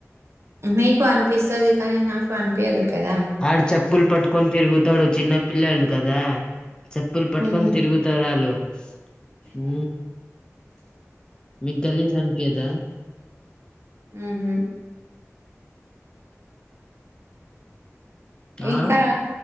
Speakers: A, on the right; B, on the left.
A: మీకు వన్పిస్తది కానే నాకు అనిపియదు కదా!
B: ఆడు చెప్ప స్కూల్ పట్టుకొని తిరుగుతాడు చిన్న పిల్లలు కదా చెప్పులు పట్టుకొని
A: హ్మ్.
B: తిరుగుతారు ఆళ్ళు హ మీకు గల్లీ సంకదా
A: మ్ హ్ ఇంకా
B: ఆ